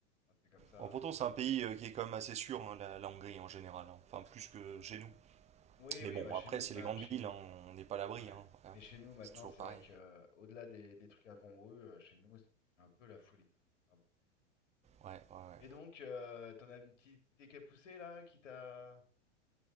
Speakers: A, on the left; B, on the right.
A: enfin, c'est comme ça.
B: Bon, pourtant,
A: hein.
B: c'est un pays euh, qui est quand même assez sûr, hein, la, la Hongrie en général. hein. Enfin, plus que chez nous.
A: Oui
B: Mais
A: oui
B: bon,
A: bah chez
B: après,
A: nous
B: c'est
A: bah,
B: les grandes
A: chez
B: villes,
A: nous.
B: hein, on n'est pas à l'abri.
A: Ouais.
B: hein. Ouais,
A: Mais chez nous, maintenant,
B: C'est toujours
A: c'est
B: pareil.
A: vrai que euh, au-delà des, des trucs incongrus, euh, chez nous, c'est devenu un peu la folie. hein. Ah bon.
B: Ouais, ouais, ouais.
A: Et donc, euh, t'en as une petite idée qui a poussé là, qui t'a.